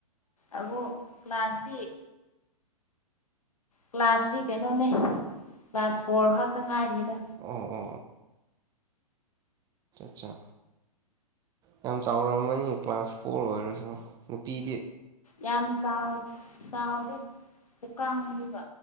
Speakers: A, on the left; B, on the right.
A: ꯑꯗꯨꯕꯨ ꯀ꯭ꯂꯥꯁꯇꯤ ꯀ꯭ꯂꯥꯁꯇꯤ ꯀꯩꯅꯣꯅꯦ ꯀ꯭ꯂꯥꯁ ꯐꯣꯔ ꯈꯥꯛꯇ ꯉꯥꯏꯔꯤꯗ
B: ꯑꯣ ꯑꯣ ꯆꯥ ꯌꯥꯝ ꯆꯥꯎꯔꯝꯃꯅꯤ ꯀ꯭ꯂꯥꯁ ꯐꯣꯔ ꯑꯣꯏꯔꯁꯨ ꯅꯨꯄꯤꯗꯤ
A: ꯌꯥꯝ ꯆꯥꯎ ꯆꯥꯎꯗꯦ ꯈꯨꯀꯥꯡꯗꯨꯒ